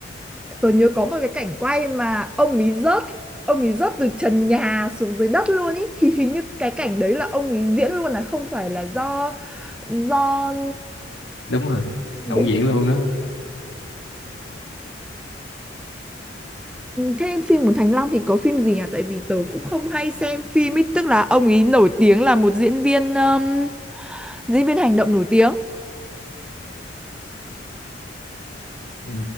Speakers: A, in the centre; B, on the left.
A: Tôi nhớ có một cái cảnh quay mà ông ấy rớt, ông ấy rớt từ trần nhà xuống dưới đất luôn ý thì hình như cái cảnh đấy là ông ấy diễn luôn là không phải là do do
B: đúng rồi động
A: diễn-
B: diễn luôn đó
A: Thế phim của Thành Long thì có phim gì nhỉ? Tại vì tớ cũng không hay xem phim ấy, tức là ông ấy nổi tiếng là một diễn viên um, diễn viên hành động nổi tiếng.
B: ừ.